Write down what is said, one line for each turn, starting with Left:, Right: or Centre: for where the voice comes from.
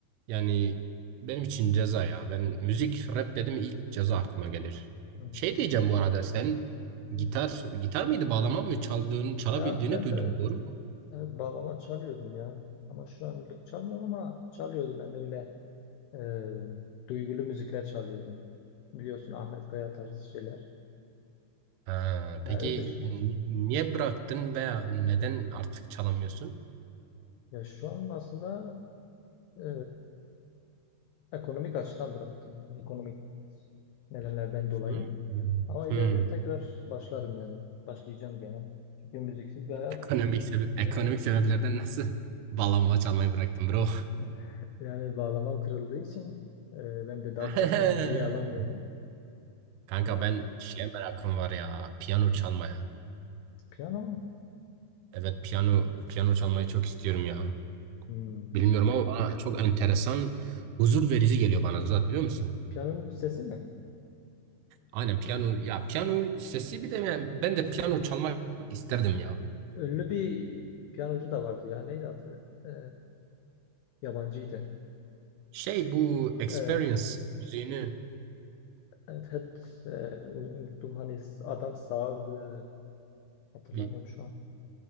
Right: yani benim için ceza ya. Ben müzik rap dedim ilk ceza aklıma gelir.
Left: hmm,
Right: Şey diyeceğim bu arada sen
Left: hmm.
Right: gitar gitar mıydı bağlama mı çaldığını çalabildiğini
Left: Ya ben
Right: duydum
Left: de
Right: doğru mu?
Left: e, bağlama çalıyordum ya. Ama şu anlık çalmıyorum ama çalıyordum ben de öyle e, duygulu müzikler çalıyordum. Biliyorsun Ahmet Kaya tarzı şeyler.
Right: Ha,
Left: Ha,
Right: peki
Left: öyle şeyler
Right: n-
Left: çalıyordum.
Right: niye bıraktın veya neden artık çalamıyorsun?
Left: Ya şu an aslında e, ekonomik açıdan bıraktım. Ekonomik nedenlerden dolayı.
Right: Hmm.
Left: Ama ileride
Right: Hmm.
Left: tekrar başlarım yani. Başlayacağım gene. Çünkü müziksiz bir hayat
Right: Ekonomik sebep,
Left: sunamıyorum.
Right: ekonomik sebeplerden nasıl bağlama çalmayı bıraktın bro?
Left: <laughs> Yani bağlamam kırıldığı için e, ben de daha
Right: <laughs>
Left: kaliteli bir şey alamıyorum.
Right: Kanka
Left: Yani
Right: ben şeye merakım var ya piyano çalmaya.
Left: piyano mu?
Right: Evet piyano piyano çalmayı çok istiyorum ya.
Left: Hmm.
Right: Bilmiyorum
Left: Pi-
Right: ama bana çok enteresan huzur verici geliyor bana zaten biliyor musun?
Left: piyanonun sesi mi?
Right: Aynen piyano ya piyano sesi bir de yani ben de piyano çalmak isterdim ya.
Left: Ünlü bir piyanocu da vardı ya. Neydi adı? E, yabancıydı.
Right: Şey bu Experience
Left: E,
Right: müziğini
Left: evet, hep e, unuttum. Hani adam sağırdı. Hatırlamıyorum
Right: bir
Left: şu an.